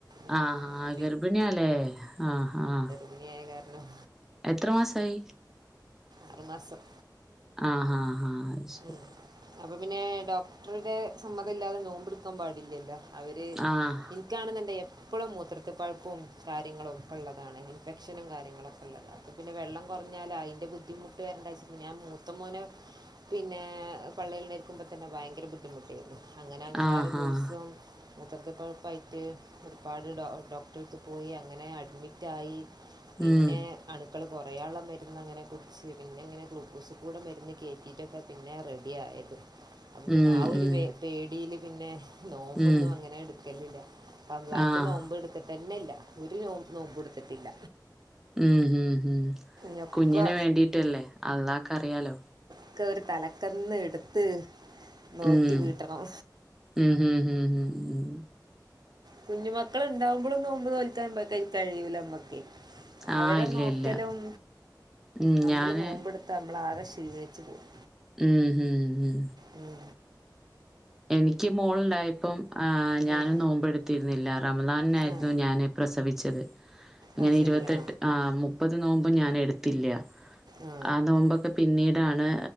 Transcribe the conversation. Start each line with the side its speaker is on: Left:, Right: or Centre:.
Right: ഉം,
Centre: ആഹ്
Right: അപ്പൊ
Centre: ആഹ് ഗർഭിണിയാല്ലേ ആഹ് ആഹ്
Right: യെ കാരണം
Centre: എത്ര മാസായി
Right: ആറ് മാസം
Centre: ആഹ് ആഹ് ആഹ് ശരി
Right: ഉം. അപ്പൊ പിന്നെ ഡോക്ടറുടെ സമ്മത ല്ലാതെ നോമ്പടുക്കാൻ പാടില്ലല്ലോ അവര്
Centre: ആഹ്
Right: ഇൻ ക്കാണെന്ന്ണ്ടെ എപ്പോളും മൂത്രത്തി പഴുപ്പും കാര്യങ്ങളും ഒക്കെ ഉള്ളതാണ് ഇൻഫെക്ഷനും കാര്യങ്ങളൊക്കെ ഉള്ളതാ പിന്നെ വെള്ളം കുറഞ്ഞാ ല അയിന്റെ ബുദ്ധിമുട്ട് വരണ്ടാച്ട്ട് മൂത്ത മോന് പിന്നെ പള്ളീല്ണ്ടായിരി ക്കുമ്പ തന്നെ ഭയങ്കര ബുദ്ധിമുട്ടായിരുന്നു അങ്ങനെ അഞ്ചാറ്
Centre: ആഹ് ആഹ്
Right: ദിവസവും മൂത്രത്തി പഴുപ്പായിട്ട് ഒരുപാട് ഡോക്ടറെടുത്ത് പോയി അങ്ങനെ അഡ്മിറ്റായി പിന്നെ
Centre: ഉം
Right: അണുക്കള് കുറേയാള്ള മരുന്ന് അങ്ങനെ കുടിച്ച് പിന്നെ ഇങ്ങനെ ഗ്ലൂക്കൂസ്ക്കൂ ടെ മരുന്ന് കേ റ്റിട്ടൊക്കെ പിന്നെ റെഡി ആയത് അപ്പ പിന്നെ
Centre: ഉം
Right: ആഹ് ഒരു
Centre: ഉം
Right: പേ പേടിയിൽ പിന്നെ നോമ്പൊന്നും
Centre: ഉം
Right: അങ്ങനെ എടുക്കലില്ല റമളാൻത്തെ
Centre: ആഹ്
Right: നോമ്പ് എടു ട്ട് തെന്നെല്ലാ ഒരു നോമ്പും ഇട് ത്തിട്ടില്ല
Centre: ഉംഉം ഉം
Right: ഞൊക്കെ
Centre: കുഞ്ഞിന് വേണ്ടീട്ടല്ലേ അള്ളാക്ക് അറിയാലോ
Right: ക്കെ ഒരു തലക്കന്ന് ഇടുത്ത് നോറ്റ്
Centre: ഉം
Right: വീട്ടണം
Centre: ഉം ഉം ഉം ഉംഉം
Right: കുഞ്ഞു മക്കൾള് ണ്ടാവുമ്പോളൊന്നും നോമ്പ് നോൽക്കാൻ കഴിയൂല മ്മക്ക്
Centre: ആഹ്
Right: അവരെ
Centre: ഇല്ല
Right: നോക്കലും
Centre: ഇല്ല ഉം
Right: നമ്മള്
Centre: ഞാന്
Right: നോമ്പെടുത്തനമ്മളാകെ ക്ഷീണിച്ചു പോകും
Centre: ഉം ഉം ഉം
Right: ഉം
Centre: എനിക്ക് മോളുണ്ടായപ്പം ആഹ് ഞാനും
Right: ഉം.
Centre: നോമ്പ് എടുത്തിരുന്നില്ല റമളാനി നായിരുന്നു
Right: ആ
Centre: ഞാന് പ്രസവിച്ചത് അങ്ങനെ
Right: അത് ശരി
Centre: ഇരുപത്തെട്ട്
Right: ആ
Centre: ആഹ് മുപ്പത് നോമ്പും ഞാൻ എടുത്തില്ല
Right: ആ
Centre: ആഹ് നോമ്പൊക്കെ പിന്നീടാണ്